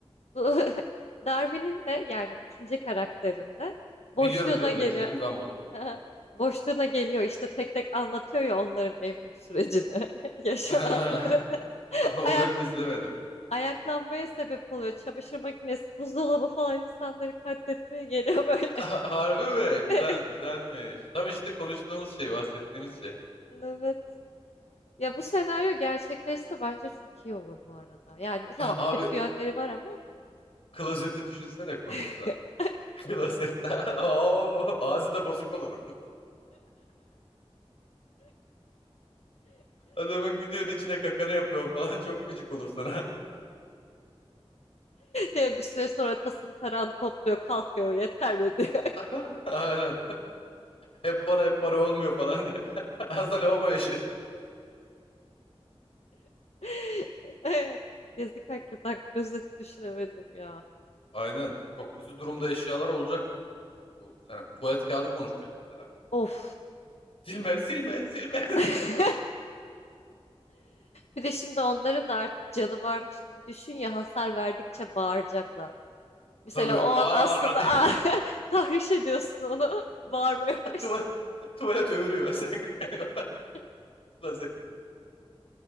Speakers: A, on the left; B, on the left.
A: Bu <laughs> Darwin'in de yani ikinci karakterinde
B: Biliyorum
A: boşluğuna
B: biliyorum
A: geliyor.
B: ben izledim Gumball'u.
A: <laughs> Boşluğuna geliyor işte tek tek anlatıyor ya onların evrim sürecini, <laughs> yaşananları.
B: <laughs> O
A: Ayak
B: bölümü izlemedim.
A: ayaklanmaya sebep oluyor. Çamaşır makinesi, buzdolabı falan insanları katletmeye geliyor böyle.
B: Ha- Harbi mi? Güzel
A: <laughs>
B: güzelmiş. Tam işte konuştuğumuz şey, bahsettiğimiz şey.
A: evet Ya bu senaryo gerçekleşse bence çok iyi olur bu arada. Yani tamam
B: <laughs> Abi
A: kötü yönleri var ama.
B: klozeti düşünsene konuşsa.
A: <laughs>
B: <laughs> Klozet. <laughs> Oo, ağzı da bozuk olur. Adamın gidiyorsun içine kakanı yapıyorsun falan çok gıcık olur sana.
A: Diye bir süre sonra tasın taran topluyor kalkıyor yeter mi diyor.
B: <laughs> Aynen. Hep bana hep bana olmuyor falan diye. <laughs> Az da lavabo eşi.
A: <laughs> Yazık hakikaten klozeti düşünemedim ya.
B: Aynen. Çok kötü durumda eşyalar olacak. Bu sene tuvalet kağıdı konuşacak mesela.
A: Of.
B: Silme, silme, silme.
A: <laughs> Bir de şimdi onların da artık canı varmış gibi düşün ya hasar verdikçe bağıracaklar.
B: <laughs>
A: Mesela
B: Tabii.
A: o an
B: Aa
A: aslında
B: diye.
A: aa, <laughs> tahriş ediyorsun onu. <laughs> Bağırmaya
B: <laughs>
A: başlıyor.
B: Tuvalet, tuvalet öğürüyor. <laughs> Sen kakanı
A: <laughs>
B: yaparsın.